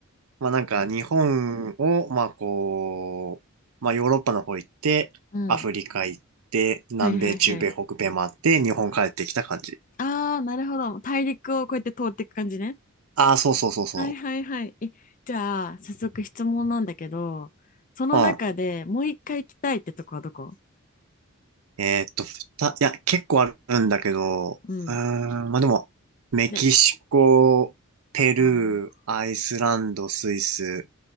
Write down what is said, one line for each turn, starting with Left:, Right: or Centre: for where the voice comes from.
Right: まあなんか日本を、まあこう、まあヨーロッパの方行って、
Left: うん。
Right: アフリカ行って、南米、
Left: はいはいはい。
Right: 中米、北米回って、日本帰ってきた感じ。
Left: ああ、なるほど。大陸をこうやって通っていく感じね。
Right: ああ、そうそうそうそ
Left: はいはいはい。え、じゃあ、早速質問なんだけど、その中でもう一回行きたいってとこはどこ
Right: う。うん。えーっと、ふた、いや、結構あるんだけど、
Left: うん。
Right: うーん、まあでも、メキシコ、
Left: じゃ
Right: ペルー、
Left: あ、あ
Right: アイスランド、スイス。